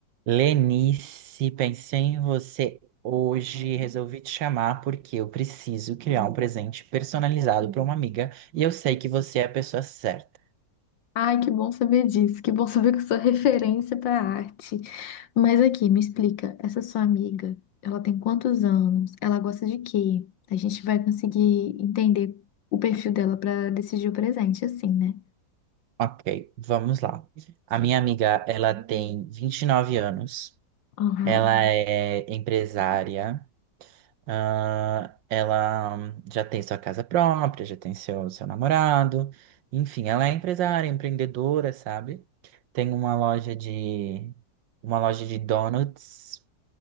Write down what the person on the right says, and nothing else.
Lenice, pensei em você hoje, e resolvi te chamar porque eu preciso criar um presente personalizado para uma amiga e eu sei que você é a pessoa certa.
Ok, vamos lá. A minha amiga, ela tem 29 anos,
ela é empresária, ah, ela hum, já tem sua casa própria, já tem seu, seu namorado, enfim, ela é empresária, empreendedora, sabe? Tem uma loja de uma loja de donuts